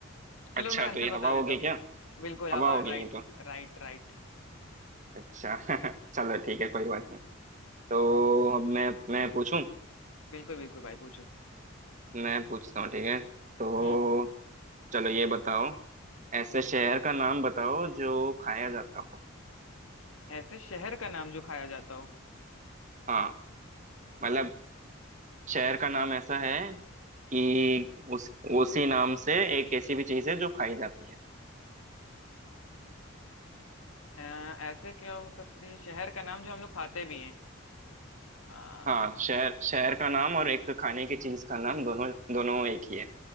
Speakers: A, on the left (about 85°); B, on the right (about 35°).
A: चलो
B: अच्छा
A: मैं आंसर
B: तो ये
A: बता
B: हवा होगी
A: देता हूँ
B: क्या
A: बिल्कुल हवा
B: हवा होगी
A: Right
B: ये तो
A: right right
B: अच्छा <laughs> चलो ठीक है कोई बात नहीं तो अब मैं मैं पूछूं
A: बिल्कुल बिल्कुल भाई पूछो
B: मैं पूछता हूँ ठीक है तो
A: हम्म
B: चलो ये बताओ ऐसे शहर का नाम बताओ जो खाया जाता हो
A: ऐसे शहर का नाम जो खाया जाता हो
B: हाँ मतलब
A: हाँ,
B: शहर का नाम ऐसा है कि उस उसी नाम से एक ऐसी भी चीज है जो खाई जाती है
A: अ, ऐसे क्या हो सकती है शहर का नाम जो हम लोग खाते भी हैं आ,
B: हाँ शहर शहर का नाम और एक खाने की चीज का नाम दोनों दोनों एक ही है